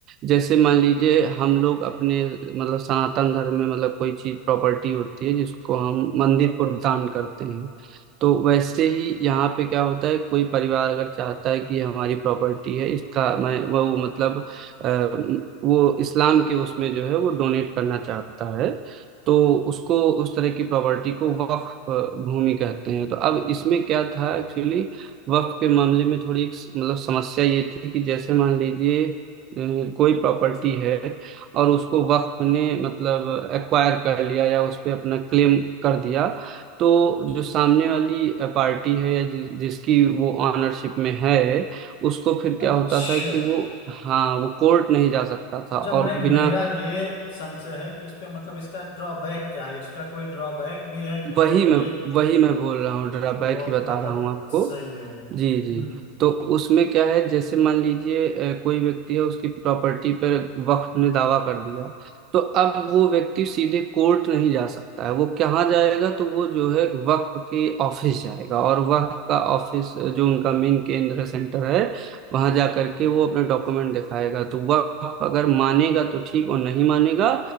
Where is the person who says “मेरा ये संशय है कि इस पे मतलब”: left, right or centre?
Left